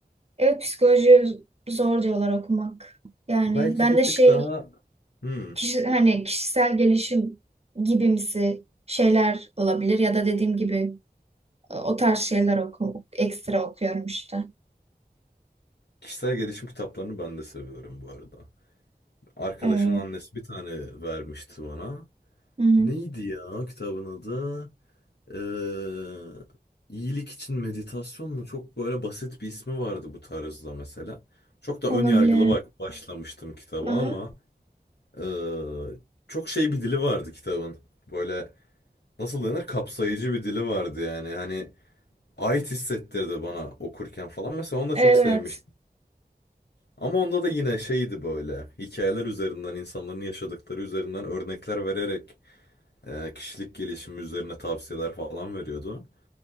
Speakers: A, on the right; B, on the left.
A: Evet psikoloji zor diyorlar okumak. Yani
B: Belki
A: ben
B: bir
A: de
B: tık
A: şey
B: daha hmm,
A: kişi, hani kişisel gelişim gibimsi şeyler olabilir ya da dediğim gibi e, o tarz şeyler oku, ekstra okuyorum işte.
B: kişisel gelişim kitaplarını ben de seviyorum bu arada. Arkadaşımın
A: Evet.
B: annesi bir tane vermişti bana.
A: Hı hı.
B: Neydi ya kitabın adı? Eee iyilik için meditasyon mu? Çok böyle basit bir ismi vardı bu tarzda mesela. Çok da
A: Olabilir.
B: ön yargılı bak başlamıştım kitaba
A: Aha.
B: ama eee, çok şey bir dili vardı kitabın. Böyle nasıl denir? Kapsayıcı bir dili vardı yani. Hani ait hissettirdi bana okurken falan. Mesela onu da
A: Evet.
B: çok sevmiştim. Ama onda da yine şeydi böyle hikayeler üzerinden insanların yaşadıkları üzerinden örnekler vererek eee, kişilik gelişimi üzerine tavsiyeler falan veriyordu.